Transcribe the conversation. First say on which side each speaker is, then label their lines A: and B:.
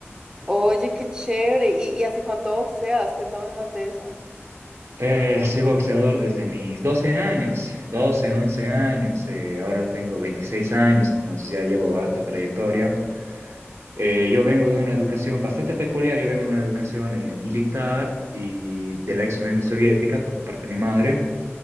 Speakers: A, on the right; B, on the right.
A: Oye, qué chévere. ¿Y, y hace cuánto boxeas? Cuéntame más de eso.
B: Eh, soy boxeador desde mis 12 años, 12 11 años, eh, ahora tengo 26 años, entonces ya llevo harta trayectoria. Eh, yo vengo de una educación bastante peculiar, yo vengo de una educación eh, militar y de la ex Unión Soviética por parte de mi madre.